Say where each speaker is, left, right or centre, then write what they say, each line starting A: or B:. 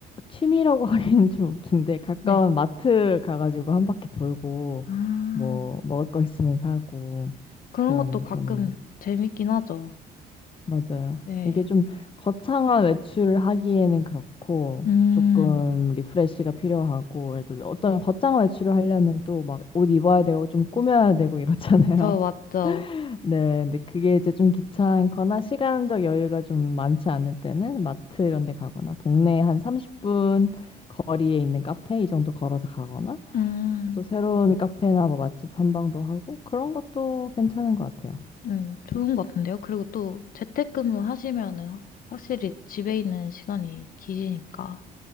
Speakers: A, on the left; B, on the left.
A: 취미라고 <laughs> 하기는 좀 웃긴데 가까운
B: 네.
A: 마트 가가지고 한 바퀴 돌고
B: 아,
A: 뭐 먹을 거 있으면 사고
B: 그런
A: 그러는
B: 것도 가끔
A: 편이에요.
B: 재밌긴 하죠.
A: 맞아요.
B: 네,
A: 이게 좀 거창한 외출을 하기에는 그렇고
B: 음,
A: 조금 리프레시가 필요하고 또 어떤 거창한 외출을 하려면 또 막 옷 입어야 되고 좀 꾸며야 되고 이렇잖아요.
B: 그쵸, 맞죠.
A: 네, 근데 그게 이제 좀 귀찮거나 시간적 여유가 좀 많지 않을 때는 마트 이런 데 가거나 동네 한 30분 거리에 있는 카페 이 정도 걸어서 가거나
B: 음.
A: 또 새로운 카페나 뭐 맛집 탐방도 하고 그런 것도 괜찮은 것 같아요.
B: 네, 좋은 것 같은데요. 그리고 또 재택근무 하시면은 확- 확실히 집에 있는 시간이 기시니까.